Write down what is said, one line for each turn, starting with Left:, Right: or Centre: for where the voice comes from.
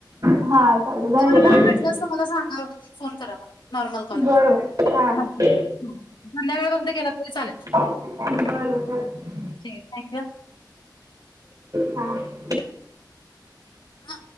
Right: हा. चालते
Left: तुम्हाला
Right: झाले का
Left: वेळ भेटलंस तर मला सांगा फोन करा मला. नॉर्मल कॉल,
Right: बरोबर हा हा
Left: संध्याकाळपर्यंत केला तरी चालेल.
Right: बरं-बरं चालतंय.
Left: थँक्यू हा.
Right: हा.
Left: हा.